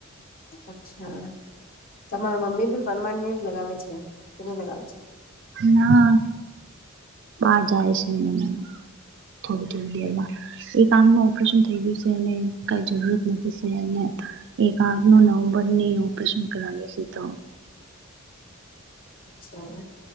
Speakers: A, on the left; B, on the right.
A: અચ્છા, તમાર મમ્મી બી પરમાનેન્ટ લગાવે છે કે નહી લગાવે છે.
B: ના બાર જાય છે એને ના થોડી થોડી દેરમાં એક આંખમાં ઓપરેશન થઈ ગયું છે અને કઈ જરૂરત નથી છ અને એક આખ નો નવમબરની ઓપરેશન કરાવ્યું છે તો
A: અચ્છા